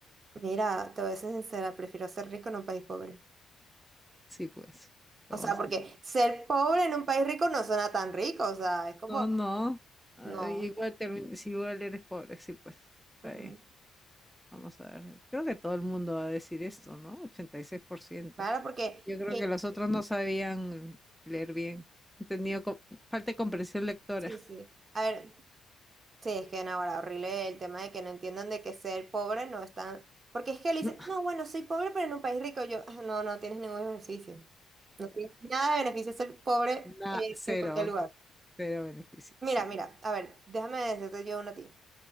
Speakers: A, on the right (about 40°); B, in the centre.
A: Mira, te voy a ser sincera, prefiero ser rico en un país pobre.
B: Sí, pues. ¿Qué
A: O
B: vamos
A: sea, porque
B: a hacer?
A: ser pobre en un país rico no suena tan rico, o sea, es como,
B: No, no. Ah,
A: no.
B: Igual, termi- si igual eres pobre, sí, pues. Está
A: Ujú.
B: bien. Vamos a ver. Creo que todo el mundo va a decir esto, ¿no? 86%.
A: Claro, porque,
B: Yo creo
A: que-
B: que los otros no sabían leer bien. Han tenido co- falta de comprensión lectora.
A: sí, sí. A ver, sí, es que no, ahora horrible el tema de que no entiendan de que ser pobre no es tan... Porque es que le dicen,
B: <laughs>
A: no, bueno, soy pobre, pero en un país rico yo, "Ah, no, no tienes ningún beneficio. Nada de beneficio ser pobre
B: Nada.
A: eh,
B: cero,
A: en cualquier lugar.
B: cero beneficio,
A: Mira,
B: sí.
A: mira, a ver, déjame decirte yo una a ti.